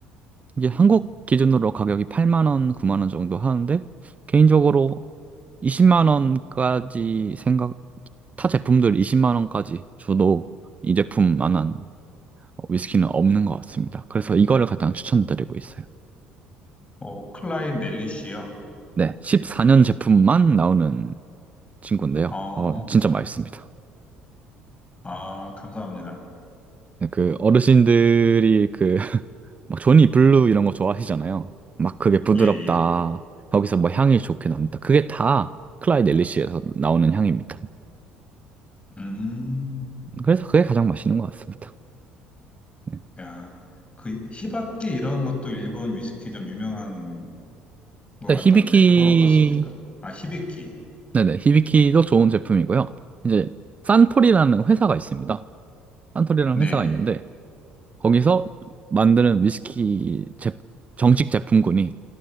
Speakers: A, on the right; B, on the left.
A: 이게 한국 기준으로 가격이 8만 원, 9만 원 정도 하는데 개인적으로 20만 원까지 생각 타 제품들 20만 원까지 줘도 이 제품만한 위스키는 없는 것 같습니다. 그래서 이거를 가장 추천드리고 있어요.
B: 어, 클라인 넬리시요?
A: 네, 14년 제품만 나오는 친구인데요.
B: 어,
A: 어, 진짜 맛있습니다.
B: 아, 감사합니다.
A: 네, 그 어르신들이 그 <laughs> 막 조니 블루 이런 거 좋아하시잖아요. 막 그게 부드럽다.
B: 예, 예.
A: 거기서 뭐 향이 좋게 납니다. 그게 다 클라이드 엘리시에서 나오는 향입니다.
B: 음,
A: 그래서 그게 가장 맛있는 것 같습니다. 네.
B: 야. 그, 히바키 이런 것도 일본 위스키 좀 유명한 것
A: 네,
B: 같던데,
A: 히비키,
B: 그건 어떻습니까? 아, 히비키.
A: 네네, 히비키도 좋은 제품이고요. 이제 산토리라는 회사가 있습니다. 산토리라는
B: 네,
A: 회사가 있는데 거기서 만드는 위스키 제, 정식 제품군이